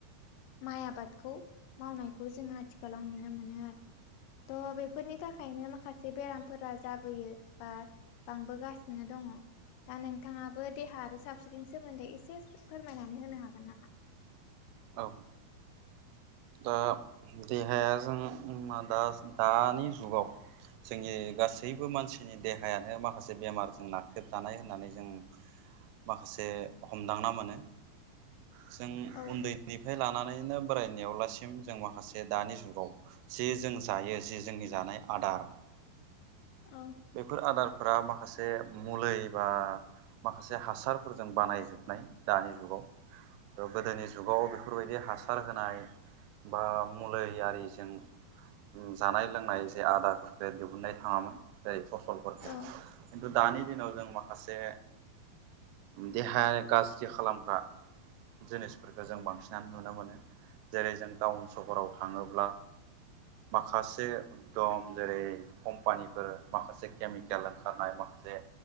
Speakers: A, on the left; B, on the right.
A: माइ आबादखौ मावनायखौ जों आथिखालाव नुनो मोनो आरो। थ बे बेफोरनि थाखायनो माखासे बेरामफोरा जाबोयो बा बांबोगासिनो दङ। दा नोंथाङाबो देहा आरो सावस्रिनि सोमोन्दै एसे फोरमायनानै होनो हागोन ना।
B: औ दा देहाया जों दा दानि जुगाव जोंनि गासैबो मानसिनि देहायानो माखासे बेमारजों नाख्रेबजानाय होननानै जों माखासे हमदांना मोनो जों
A: औ
B: उन्दैनिफ्राय लानानैनो बोरायनायाव लासै दासिम जों माखासे दानि जुगाव ज जों जायो ज जोंनि जानाय आदार
A: औ
B: बेफोर आदारफोरा माखासे मलै बा माखासे हासारफोरजों बानायजोबनाय दानि जुगाव गोदोनि जुगाव बेफोरबायदि हासार होनाय बा मुलि आरिजों जानाय लोंनाय जे आदारफोरखौ दिहुननाय थांङामोन जै फसलफोरखौ
A: औ
B: खिन्थु दानि दिनाव जों माखासे देहाय गाज्रि खालामग्रा जिनिसफोरखौ जों बांसिनानो नुनो मोनो जेरै जों टाउन सहराव थांङोब्ला माखासे एकदम जेरै कम्पानिफोर माखासे केमिकेल ओंखारनाय माखासे